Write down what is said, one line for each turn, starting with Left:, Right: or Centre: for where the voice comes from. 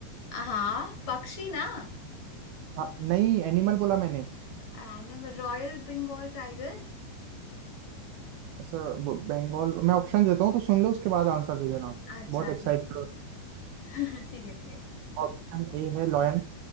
Left: हाँ पक्षी ना
Right: हाँ, नहीं एनिमल बोला मैंने
Left: Animal royal Bengal tiger
Right: ऐसा ब- बंगाल मैं ऑप्शन देता हूँ तो सुन ले उसके बाद आंसर दे देना
Left: अच्छा
Right: बहुत एक्साइटेड
Left: ठीक
Right: हो
Left: <laughs> ठीक है ठीक है
Right: ऑप्शन ए है lion